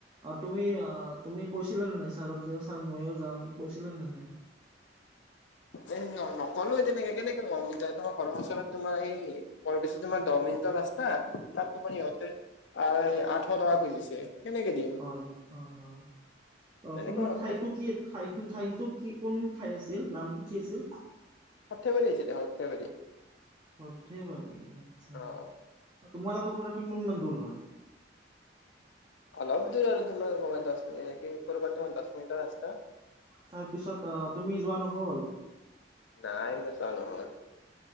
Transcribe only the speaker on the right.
অ', তুমি তুমি কৈছিলা নে নাই ছাৰক যে ছাৰ ময়ো যাম কৈছিলে নে নাই?
হয়, হয়, হয়
তোমাৰ
ঠাইতো কি? ঠাইখন ঠাইতো কি কোন ঠাই আছিল নামটো কি আছিল?
সৰ্থেবাৰী আচ্ছা
তোমালোকৰ পৰা কিমান মান দূৰ হয়?
তাৰপিছত অ', তুমি যোৱা নহ'ল।